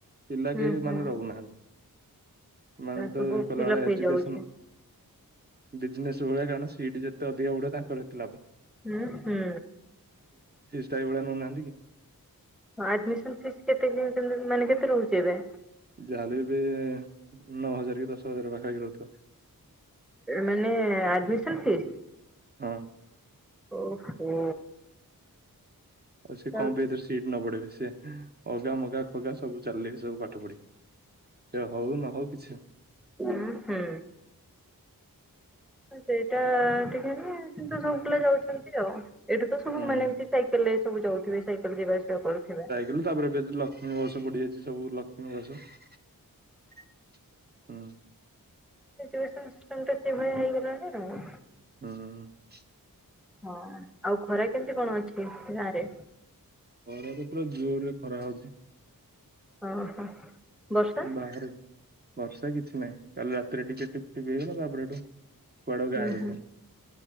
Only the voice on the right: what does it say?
ପିଲା
କେହି
ମାନେ ରହୁନାହାନ୍ତି ମାନେ
ତ କଲାବେଳେ
ଏଜୁକେସନ। ବିଜନେସ୍ ଭଳିଆ କାରଣ ସିଟ ଯେତେ ଅଧିକା ବୁଡଆ ତାଙ୍କର ଏତେ ଲାଭ।
ଭଳିଆ ନୌ ନାଁ
ଯାହାଲେ ଏବେ ନଅ ହଜାର। ଦଶ ହଜାର ପାଖାପାଖି ରହୁଥିବ
ହଁ
ଆଉ ସେ
କଣ ପାଇଁ ଏଥରେ ସିଟ ନ ବଢେଇବେ ସେ ଅଗା ମଗା ଖଗା ସବୁ ଚାଲିଲେ ସବୁ ପାଠ ପଢି ସେ ହଉ ନହଉ କିଛି।
ହୁଁ
କଲୁ ତାପରେ ଏବେ ଲକ୍ଷ୍ମୀ ବସ ପଡିଯାଇଛି ସବୁ ଲକ୍ଷ୍ମୀ ବସ। ହଁ
ହଁ
ଖରା ତ ପୁରା ଜୋରେ ଖାର ହଉଚି।
ବାହାରେ ବର୍ଷା କିଛି ନାହିଁ କାଲି ରାତିରେ ଟିକେ ଟିପ ଟିପ ହେଇଗଲା ତାପରେ। ହେଠୁ କୁଆଡେ ଗାୟବ
ହେଇଗଲା।